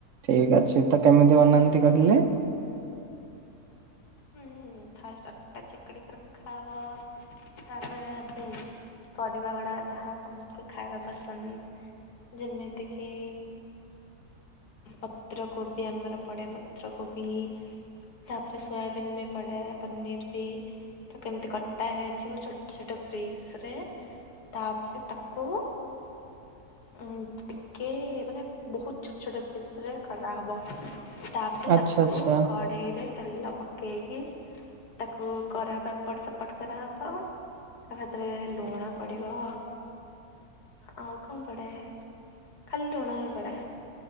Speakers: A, on the right; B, on the left.
A: ଠିକ ଅଛି ତ କେମିତି ବନାନ୍ତି କହିଲେ?
B: ହୁଁ। ଫାଷ୍ଟ ଅଟା ଚକଡି କି ରଖା ହବ ତାପରେ ବେ ପରିବା ଗୁଡା ଯାହା ତମକୁ ଖାଇବା ପସନ୍ଦ। ଯେମିତି କି। ପତ୍ରକୋବି ଆମର ପଡେ ପତ୍ରକୋବି ତାପରେ ସୋୟାବିନ ବି ପଡେ ପନିର ବି ତ କେମିତି କଟା ହେଇଯିବ ଛୋଟ ଛୋଟ ପ୍ରିସ ରେ। ଏ ତାପରେ ତାକୁ ଉଁ ଟିକେ ମାନେ ବହୁତ ଛୋଟ ଛୋଟ ପିସ ରେ କରାହବ। ତାପରେ
A: ଆଚ୍ଛା
B: ତାକୁ
A: ଆଚ୍ଛା
B: କଢେଇ ରେ ତେଲ ପ ପକେଇକି ତାକୁ କରାହବ ଏପଟ ସେପଟ କରାହବ। ଆଉ ହେତିରେ ଲୁଣ ପଡ଼ିବ। ଆଉ କଣ ପଡେ ଖାଲି ଲୁଣ ହିଁ ପଡ଼େ।